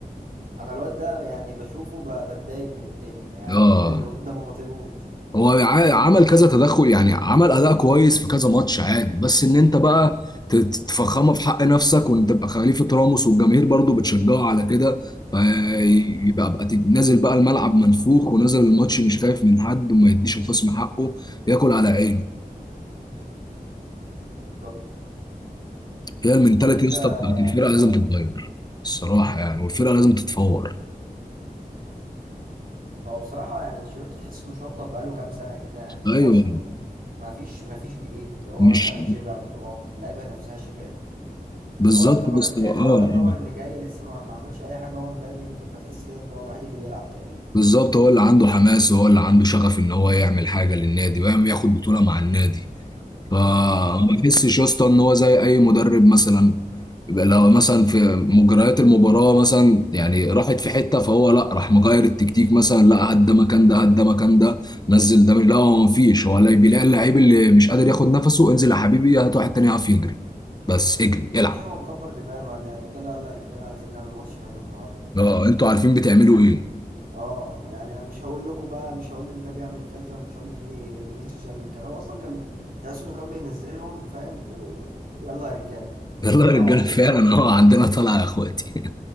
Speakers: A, on the right; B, on the left.
A: انا الواد ده يعني بشوفه ب... بتضايق من الدنيا يعني
B: اه
A: <laughs> الواد ده ما بطيقوش
B: هو ع- عمل كذا تدخل يعني عمل اداء كويس في كذا ماتش عادي بس ان انت بقى
A: امم
B: ت- ت- تفخمه في حق نفسك وان تبقى خليفه راموس والجماهير برضو بتشجعه على كده فيبقى
A: امم
B: بقى تج- نازل بقى الملعب منفوخ ونازل الماتش مش خايف من حد وما يديش الخصم حقه ياكل على عينه
A: بالظبط
B: هي المنتاليتي
A: طب انت
B: يا اسطى بتاعت الفرقه لازم
A: اه
B: تتغير الصراحه يعني والفرقه لازم تتفور
A: هو بصراحة يعني انشيلوتي تحس انه شطب بقاله كام سنة كده يعني خلاص
B: ايوه
A: ما فيش ما فيش جديد هو
B: مش
A: مثلا شبع بطولات اللعيبة نفسها شبعت
B: بالظبط
A: هو يعتبر
B: بس
A: ال- يعني
B: اه
A: هو يعتبر اللي جاي لسه ما ما عملش أي حاجة هو مبابي يمكن فتحس كده ان هو الوحيد اللي بيلعب تقريبا
B: بالظبط هو اللي عنده حماس وهو اللي عنده شغف ان هو يعمل حاجه للنادي ويعمل ياخد بطوله مع النادي فما
A: بالظبط
B: بحسش يا اسطى ان هو زي اي مدرب مثلا يبقى لو مثلا في مجريات المباراه مثلا يعني راحت في حته فهو لا راح مغير التكتيك مثلا لا هات ده مكان ده هات ده مكان ده نزل ده مش- لا هو مفيش هو لا بيلاقي اللعيب اللي مش قادر ياخد نفسه انزل يا حبيبي هات واحد تاني يعرف يجري بس اجري العب
A: يا باشا هو مكبر دماغه انا يا رجالة يلا يا رجالة عايزين نعمل ماتش حلو النهاردة فاهم
B: اه انتوا عارفين بتعملوا ايه
A: اه يعني أنا مش هقول لكم بقى مش هقول لمبابي اعمل كذا مش هقول لفيني- فينيسيوس يعمل كذا هو اصلا كان تحس انه كان بينزلهم فاهم و- ويلا يا رجالة
B: <laughs>
A: يلا
B: يلا
A: بينا
B: يا رجاله
A: وعلى الله
B: فعلا اه عندنا طلعه يا اخواتي <laughs>